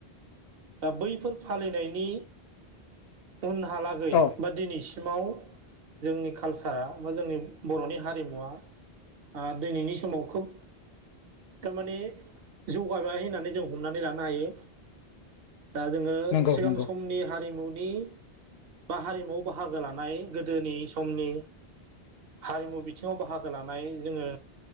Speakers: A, on the right; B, on the left.
A: दा बैफोर फालिनायनि उनहालागै
B: औ
A: बा दिनैसि सिमाव जोंनि कालसारा बा जोंनि बर'नि हारिमुवा आ दिनैनि समाव खोब थारमाने जौगाबाय होननानै जों हमनानै लानो हायो। दा जोङो
B: नंगौ
A: सिगां
B: नंगौ
A: समनि हारिमु नि बा हारिमुआव बाहागो लानाय गोदोनि समनि हारिमु बिथिङाव बाहागो लानाय जोङो